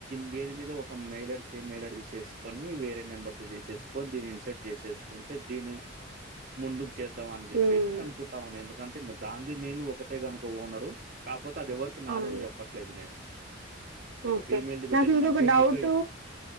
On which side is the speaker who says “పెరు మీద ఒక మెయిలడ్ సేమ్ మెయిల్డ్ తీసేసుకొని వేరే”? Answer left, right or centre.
Right